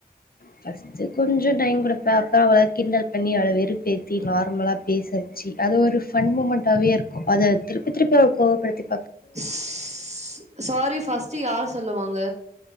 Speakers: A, on the left (about 65°); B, on the right (about 45°).
A: ஃபர்ஸ்ட் கொஞ்சம் டைம் கொடுப்பே அப்புறம் அவள கின்டல் பண்ணி அவள வெறுப்பேத்தி நார்மலா பேசவச்சு அது ஒரு ஃபண் மூமெண்டாவே இருக்கும் அத திருப்பி திருப்பி அவ கோவப்படுத்த
B: சுசுசு சாரி பஃஸ்ட்ட் யார் சொல்லுவாங்க